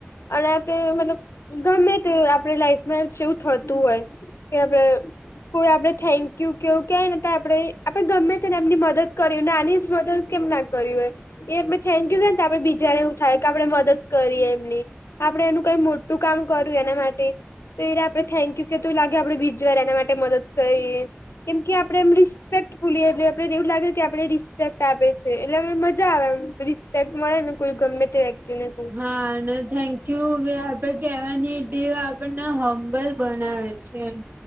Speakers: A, on the left; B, on the right.
A: અને આપણે મતલબ ગમે તે આપણે લાઈફમાં જેવું થતું હોય. કે આપણે કોઈ આપણે થેન્કયુ કેવું કેય ને તો આપણેે આપણે ગમે તેને એમની મદદ કર્યું નાની જ મદદ કેમ ના કર્યું હોય, એ આપને થેન્કયુ કેઇ તો આપડે બીજાને એવુ થાય કે આપડે મદદ કરીએ એમની. આપણે એનું કઈ મોટું કામ કર્યું એના માટે તો એને આપણે થેન્કયુ કે તો લાગે આપડે બીજવાર એના માટે મદદ કરીએ, કેમ કે આપડે એમ રિસ્પેક્ટ ફૂલી એટલે આપને એવું લાગે કે આપણને રિસ્પેક્ટ આપે છે. એટલે એમને મજા આવે એમ, રિસ્પેક્ટ મળે ને કોઈ ગમે તેને.
B: હા અને થેન્કયુ બી આપડે કેહેવાની ટેવ આપણને હંબલ બનાવે છે,